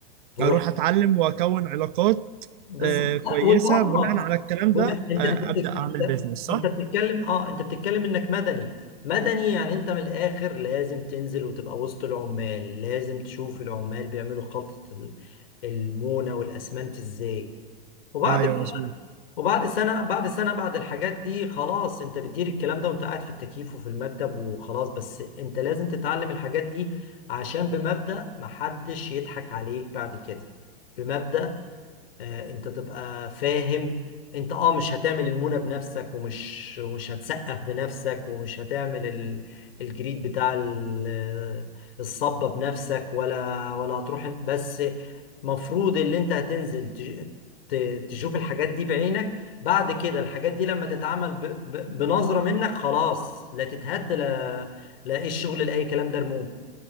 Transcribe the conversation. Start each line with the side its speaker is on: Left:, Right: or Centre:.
Left: روح
Right: اروح اتعلم واكون علاقات
Left: بالظبط
Right: آه كويسه
Left: لا، وتمرمط
Right: بناء على الكلام
Left: بما-
Right: ده
Left: انت
Right: آه
Left: انت بتك-
Right: ابدا اعمل
Left: انت
Right: بيزنس صح
Left: انت بتتكلم اه انت بتتكلم انك مدني مدني يعني انت من الاخر لازم تنزل وتبقى وسط العمال لازم تشوف العمال بيعملوا خلطة ال- المونة والاسمنت ازاي وبعد
Right: ايوه
Left: كده
Right: مظبوط
Left: وبعد سنة بعد سنة بعد الحاجات دي خلاص انت بتدير الكلام ده وانت قاعد في التكييف وفي المكتب وخلاص بس انت لازم تتعلم الحاجات دي عشان بمبدأ محدش يضحك عليك بعد كده بمبدأ آه، انت تبقى فاهم انت اه مش هتعمل المونة بنفسك ومش ومش هتسقف بنفسك ومش هتعمل ال- الجريد بتاع ال- آه، الصبة بنفسك ولا ولا هتروح بس مفروض اللي انت هتنزل ت- ت- تشوف الحاجات دي بعينك بعد كده الحاجات دي لما تتعمل ب- ب- بنظرة منك خلاص لا تتهد لا لا ايه الشغل لأي كلام ده رموه